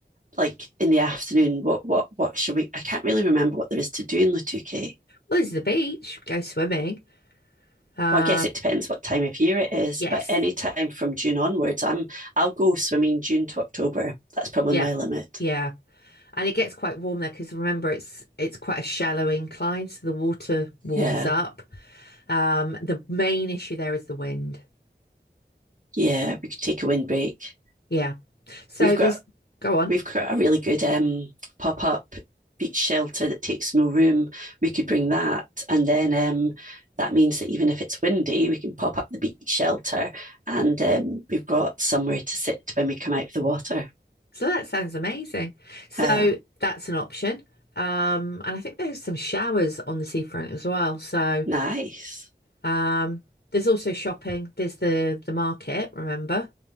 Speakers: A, on the right (about 45°); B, on the left (about 70°).
A: like in the afternoon? What what what should we? I can't really remember what there is to do in Lutuke.
B: Well, this is the beach. Go swimming. Uh,
A: Well, I guess it depends what time of year it is,
B: yes.
A: but any time from June onwards, I'm I'll go swimming June to October. That's probably
B: Yeah.
A: my limit.
B: Yeah. And it gets quite warm there because remember it's it's quite a shallow incline, so the water warms
A: Yeah,
B: up. Um, the main issue there is the wind.
A: yeah, we could take a windbreak.
B: Yeah. So
A: We've
B: there's
A: got
B: go on.
A: We've got a really good um, pop up beach shelter that takes no room. We could bring that. And then um, that means that even if it's windy, we can pop up the beach shelter and um, we've got somewhere to sit when we come out of the water.
B: So that sounds amazing. So
A: Uh,
B: that's an option. Um, and I think there's some showers on the seafront as well. So
A: nice.
B: um, there's also shopping. There's the the market, remember?